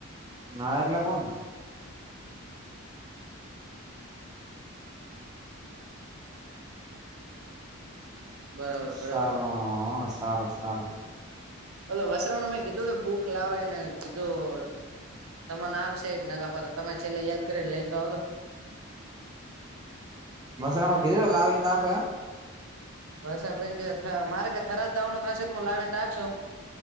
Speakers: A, on the right; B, on the right.
A: ના એટલે કોણ?
B: બરોબર
A: સારું,
B: બરોબર
A: સારું, સારું.
B: ઓલો વસત્રવને મેં કીધું, તો બુક લાવે ને કીધું. તને આવશે, એક નગા પા તમે છેલ્લે યાદ કરીને લઈને તો આવજો‌.
A: મસા માં કીધું લાવીને રાખે, એમ.
B: બ ભાઈ કે, મારે કે થરા જ દવાનું થશે, હું લાવીને રાખશું.